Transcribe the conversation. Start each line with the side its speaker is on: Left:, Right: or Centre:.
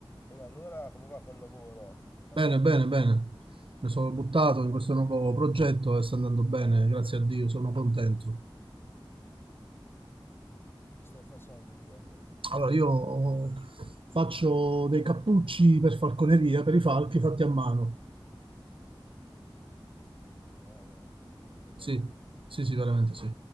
Left: E allora come va col lavoro, Manuel?
Right: Bene, bene, bene. Mi sono buttato in questo nuovo progetto e sta andando bene, grazie a Dio, sono contento.
Left: Che stai facendo di bello?
Right: Allora, io faccio dei cappucci per falconeria, per i falchi fatti a mano.
Left: Ma va veramente, che bello.
Right: Sì, sì, sì, veramente sì.